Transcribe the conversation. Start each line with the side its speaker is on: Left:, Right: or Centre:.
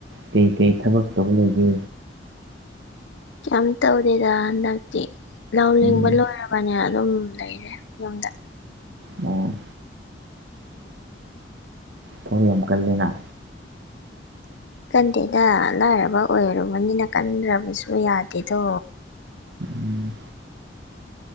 Right: ꯀꯩ ꯀꯩ ꯊꯕꯛ ꯇꯧꯔ ꯂꯩꯒꯦ
Left: ꯀꯩꯝ ꯇꯧꯗꯦꯗ ꯍꯟꯗꯛꯇꯤ ꯂꯧ
Right: ꯎꯝ
Left: ꯂꯤꯡꯕ ꯂꯣꯏꯔꯕꯣ ꯐꯣꯟ ꯌꯦꯡꯉ ꯑꯗꯨꯝ ꯂꯩꯔꯦ ꯌꯨꯝꯗ
Right: ꯑꯣ ꯊꯕꯛ ꯌꯥꯝ ꯀꯜꯂꯤꯅ
Left: ꯀꯟꯗꯦꯗ ꯂꯥꯏꯔꯕ ꯑꯣꯏꯔꯨꯕꯅꯤꯅ ꯀꯟꯗ꯭ꯔꯕꯁꯨ ꯌꯥꯗꯦꯗꯣ
Right: ꯎꯝ